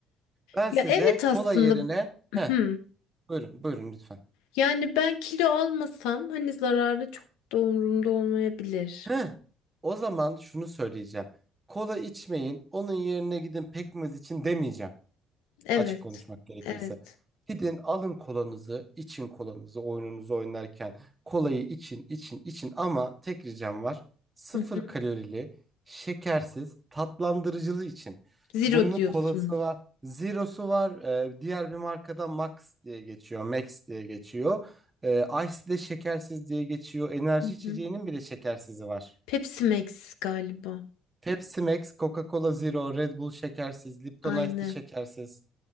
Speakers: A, on the right; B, on the left.
A: Ben
B: Ya
A: size
B: evet aslında
A: kola yerine... Heh,
B: hmm.
A: buyurun, buyurun lütfen.
B: Yani ben kilo almasam hani zararlı çok da umurumda olmayabilir.
A: Heh, o zaman şunu söyleyeceğim. Kola içmeyin, onun yerine gidin pekmez için demeyeceğim.
B: Evet.
A: Açık konuşmak gerekirse.
B: Evet.
A: Gidin alın kolanızı, için kolanızı oyununuzu oynarken. Kolayı için, için, için ama tek ricam var. Sıfır
B: Hı hı.
A: kalorili, şekersiz, tatlandırıcılı için.
B: Zero
A: Bunun
B: diyorsunuz.
A: kolası var, zero'su var. Ee, diğer bir markada Max diye geçiyor, Max diye geçiyor. Ee, Ice de şekersiz diye geçiyor. Enerji
B: Hı
A: içeceğinin
B: hı.
A: bile şekersizi var.
B: Pepsi Max galiba.
A: Pepsi Max, Coca-Cola Zero, Red Bull şekersiz, Lipton
B: Aynı.
A: Ice de şekersiz.